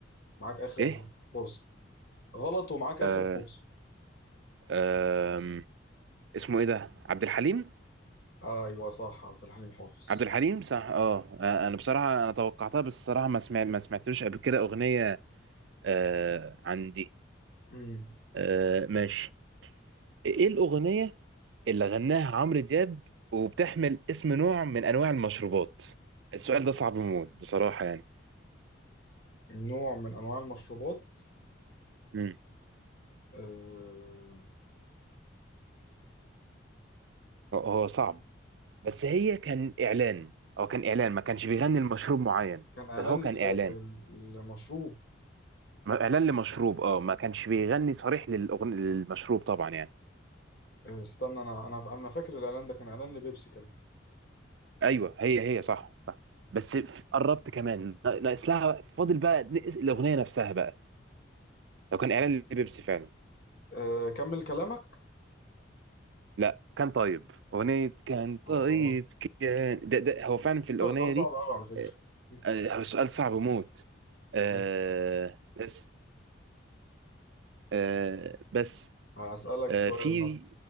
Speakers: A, on the left; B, on the right.
A: معاك آخر
B: ايه
A: فرصة غلط ومعاك آخر
B: آه،
A: فرصة
B: آم، اسمه ايه ده عبد الحليم
A: أيوه صح عبد الحليم حافظ
B: عبد الحليم صح اه آه، انا بصراحه انا توقعتها بس الصراحه ما سمعت ما سمعتلوش قبل كده اغنيه آه عندي
A: مم.
B: آه ماشي ايه الاغنيه اللي غناها عمرو دياب وبتحمل اسم نوع من انواع المشروبات السؤال ده صعب موت بصراحه يعني
A: نوع من أنواع المشروبات
B: مم.
A: آه...
B: هو هو صعب بس هي كان اعلان هو كان اعلان ما كانش بيغني المشروب معين
A: كان إعلان
B: بس هو كان
A: ل-
B: اعلان
A: لمشروب
B: ما- اعلان لمشروب اه ما كانش بيغني صريح للأغن... للمشروب طبعا يعني
A: آه، استنى أنا أنا أنا فاكر الإعلان ده كان إعلان لبيبسي كمان
B: ايوه هي هي صح صح بس ف- قربت كمان ناقص لها فاضل بقى نقص الاغنيه نفسها بقى لو كان اعلان لبيبسي فعلا
A: آه... كمل كلامك
B: لا كان طيب اغنيه كان طيب
A: آه
B: كان ده, ده هو فعلا في الاغنيه
A: ده سؤال صعب
B: دي
A: قوي على فكرة
B: آه،
A: <laughs>
B: آه، هو سؤال صعب موت آه
A: مم.
B: بس آه بس
A: هسألك
B: آه
A: سؤال
B: في
A: مثلا